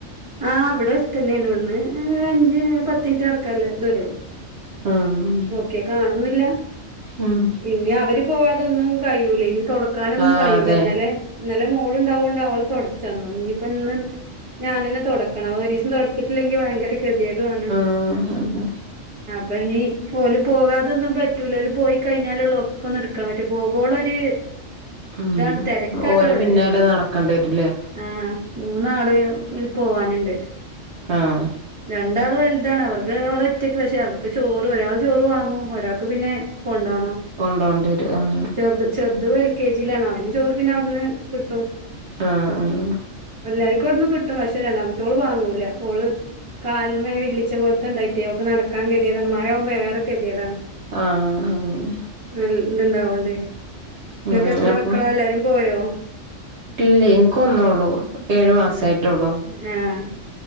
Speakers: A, on the right; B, on the right.
A: ആഹ് വിടെ അട്ത്തന്നെയാണ് ഇവിട്ന്ന് രു അഞ്ച് പത്ത് ന് റ്റ് നടക്കല്ലേ ദൂരേള്ളു
B: ആഹ്
A: നോക്കിയ കാണുന്നില്ല
B: ഉം
A: ഇനിഅവര് പോവാതൊന്നും കയിയൂല ഇനി തുടക്കാനൊന്നും
B: ആഹ്
A: കയിയൂല
B: അതെ
A: ഇന്നലെ ഇന്നലെ മോളുണ്ടാവുണ്ട് അവള് തൊടച്ചന്ന് ഇനിപ്പ ഇന്ന് ഞാനന്നെ തൊടക്കണം ഒരീസം തൊടച്ചിട്ടില്ലെങ്കി ഭയങ്കര കെതിയേടുവാ ണ്
B: ആഹ് ഹ് ഹ്
A: അപ്പൊനീ ഓല് പോകാതൊന്നും പറ്റൂല ല് പോയി കഴിഞ്ഞാലൊള്ളൂ ക്കൊന്ന് എടുക്കാൻ പറ്റ പോകോളൊരു
B: ഉം
A: ഇതാണ് തെരക്കാക്കെവിടെ
B: ഓരെ പിന്നാലെ നടക്കണ്ടി വരൂല്ലേ
A: ആഹ് മൂന്നാള് പോവാന്ണ്ട്
B: ആഹ്
A: രണ്ടാള് വൽ അതാണ് അവർക്ക് ഒറ്റക്ക് പക്ഷേ അവർക്ക് ചോറ് ഒരാൾ ചോറ് വാങ്ങും ഒരാക്ക് പിന്നെ കൊണ്ടോ ണം
B: കൊണ്ടോണ്ടി വരും ആഹ്
A: ചെറു ചെറുത് എൽ കെ ജിലാണ് അവന് ചോറ് പിന്നെ അവിട്ന്ന് കിട്ടും
B: ആഹ് ആഹ്
A: എല്ലാർക്കും അവിടുന്ന് കിട്ടും പക്ഷേ രണ്ടാമത്തോള് വാങ്ങൂല ഓള് കാല്മ്മെ വിള്ളി ച്ച പോലത്തൊണ്ടായിട്ടെ ഓൾക്ക് നടക്കൻ ഗെതിയെടാണ് മയാമ്പോഏറെ കെത്യെടാണ്
B: ആഹ് ആഹ് അങ്ങനെ
A: നല്ല ഇതുണ്ടാവോണ്ടേ നിങ്ങക്ക്
B: ഉം
A: എത്ര
B: അപ്പൊ
A: മക്കള എല്ലാരും പോയോ
B: ഇല്ല എൻക്കൊന്നേള്ളൂ ഏഴു മാസായിട്ടുള്ളു
A: ആഹ് ആഹ്